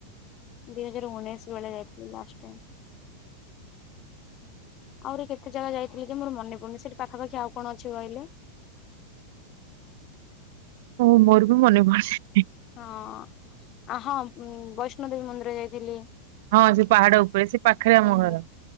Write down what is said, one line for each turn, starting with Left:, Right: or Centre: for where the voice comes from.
Left: ଦୁଇଜାର ଉଣେଇଶ ବେ ଯାଗଥିଲି ଲାଷ୍ଟ ଟାଇମ ଆହୁରି କେତେ ଜାଗା ଯାଇଥିଲ ଯେ ମୋର ମନ ପଡନି ସେଠି ପାଖପଖି ଆଉ କ'ଣ ଅଛି କହିଲେ?
Right: ହ ମୋର ବି ମନେ ପଡ।
Left: ହଁ ଆ ହଁ ବୈଷ୍ଣୋଦେବୀ ମନ୍ଦିର ଯାଇଥିଲି।
Right: ହଁ ଯୋଉ ପାହାଡ ଉପରେ ସେ ପାଖରେ ଆମ
Left: ହୁଁ।
Right: ଘର।